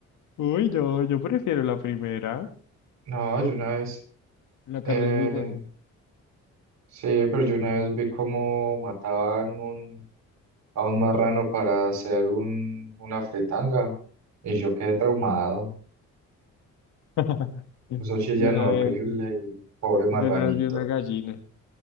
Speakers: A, on the left; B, on the right.
A: Uy, yo, yo prefiero la primera.
B: no, yo una vez,
A: La
B: eh,
A: carne es muy buena.
B: sí, pero yo una vez vi cómo mataban un, a un marrano para hacer un, una fritanga y yo quedé traumado.
A: <laughs>
B: Eso chillan
A: Yo una
B: horrible
A: vez,
B: y pobre marranito.
A: yo una vez vi una gallina.